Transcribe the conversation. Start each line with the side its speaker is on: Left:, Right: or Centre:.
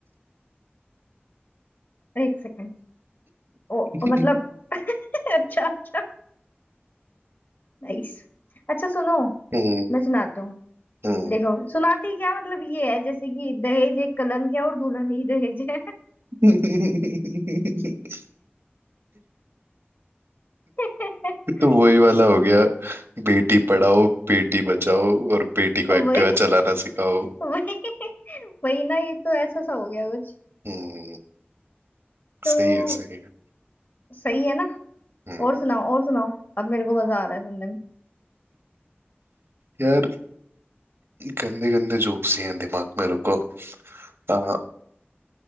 Left: एक सेकेंड ओ
Right: <laughs>
Left: ओ मतलब <laughs> अच्छा अच्छा नाइस अच्छा सुनो
Right: हम्म
Left: मैं सुनाती हूँ
Right: हम्म
Left: देखो सुनाती क्या मतलब ये है जैसे कि दहेज एक कलंक है और दुल्हन ही दहेज है
Right: <laughs>
Left: <laughs>
Right: तो वही वाला हो गया बेटी पढ़ाओ बेटी बचाओ और बेटी को
Left: वही
Right: एक्टिवा चलाना सिखाओ
Left: वही वही ना ये तो ऐसा सा हो गया कुछ
Right: हम्म
Left: तो
Right: सही है सही है
Left: सही है ना
Right: हम्म
Left: और सुनाओ और सुनाओ अब मेरे को मजा आ रहा है सुनने में
Right: यार गंदे गंदे जोक्स ही हैं दिमाग में रुको आ,